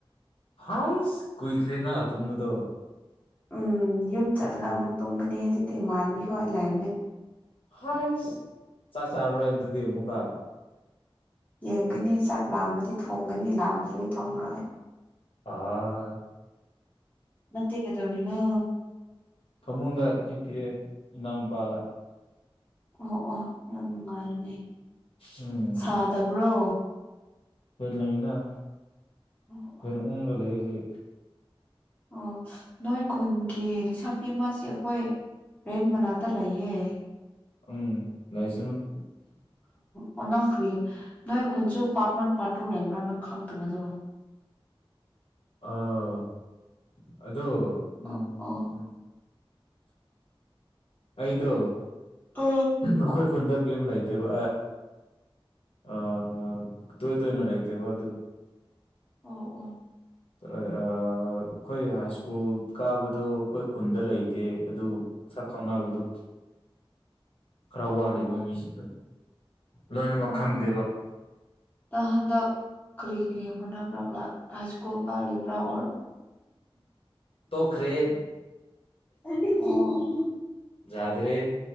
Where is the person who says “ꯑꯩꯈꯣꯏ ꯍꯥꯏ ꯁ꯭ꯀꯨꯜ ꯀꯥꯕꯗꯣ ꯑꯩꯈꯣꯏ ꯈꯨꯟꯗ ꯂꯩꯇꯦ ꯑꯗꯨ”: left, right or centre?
Left